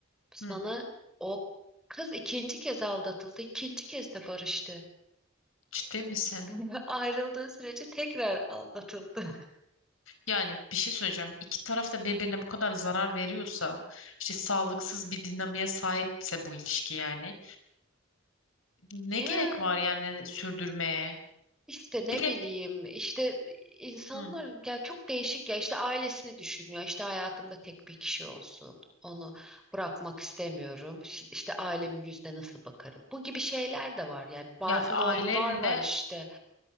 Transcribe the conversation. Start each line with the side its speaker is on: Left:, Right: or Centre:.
Centre: sana
Left: Hı,
Centre: o kız ikinci kez aldatıldı ikinci kez de barıştı.
Left: ciddi misin?
Centre: <laughs> Ayrıldığı sürece tekrar aldatıldı. <laughs>
Left: Yani bir şey söyleyeceğim. İki taraf da birbirine bu kadar zarar veriyorsa, işte sağlıksız bir dinamiğe sahipse bu ilişki yani. Ne
Centre: Ya
Left: gerek var yani sürdürmeye?
Centre: İşte ne
Left: Bir de
Centre: bileyim işte insanlar
Left: Hı.
Centre: ya çok değişik ya işte ailesini düşünüyor işte hayatımda tek bir kişi olsun onu bırakmak istemiyorum Şi- işte ailemin yüzüne nasıl bakarım bu gibi şeyler de var yani bazı
Left: Ya ailenle
Centre: normlar var işte